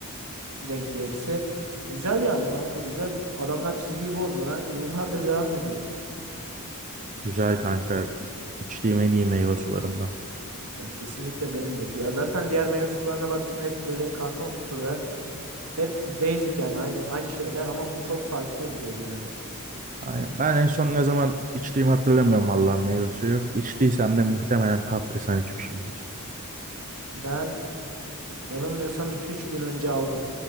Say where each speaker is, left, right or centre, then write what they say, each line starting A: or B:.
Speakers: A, on the right; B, on the right.
A: denk gelirse. Güzel yani kanka güzel. Adamlar çizgiyi bozmadan <laughs> yıllardır devam ediyor.
B: Güzel kanka. İçtiğim en iyi meyve sularından.
A: Ya kesinlikle benim de. Ya zaten diğer meyve sularına baktığında hep böyle karton kutuda. Hep basic yani aynı aynı şeyler ama bu çok farklı duruyordu yani.
B: Aynen. Ben en son ne zaman içtiğimi hatırlamıyorum vallahi meyve suyu. İçtiysem de muhtemelen kaprisan içmişim.
A: Ben yanılmıyorsam iki üç gün önce aldım.